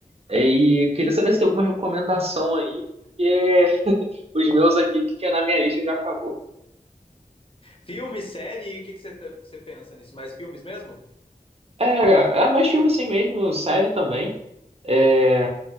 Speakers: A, on the right (about 40°); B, on the left (about 35°).
A: É, E queria saber se tem alguma recomendação aí, porque os meus aqui que tinha na minha lista já acabou.
B: Filme, série, o que que você, o que você pensa nisso? Mais filmes mesmo?
A: É, é mais filme assim mesmo, série também. É,